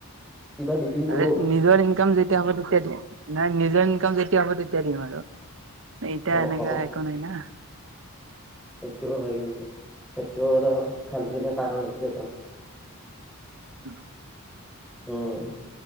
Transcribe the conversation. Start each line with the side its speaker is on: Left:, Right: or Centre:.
Centre: কিবা দিবি ব্ৰো
Right: আৰে নিজৰ ইনকাম যেতিয়া হ'ব তেতিয়া দিম। নাই নিজৰ ইনকাম যেতিয়া হ'ব তেতিয়া দিম আৰু এতিয়া
Centre: অ
Right: এনেকা
Centre: অ
Right: একো নাই না।
Centre: সেইটোও হয় কিন্তু সেইটো এটা ভালখিনিৰ কাৰণ এইটো। কেইটা
Right: উ <unintelligible>
Centre: উম